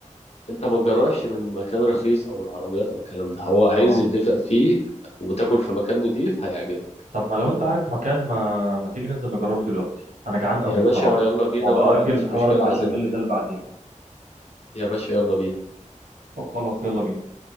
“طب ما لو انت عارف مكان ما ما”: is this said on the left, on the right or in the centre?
Right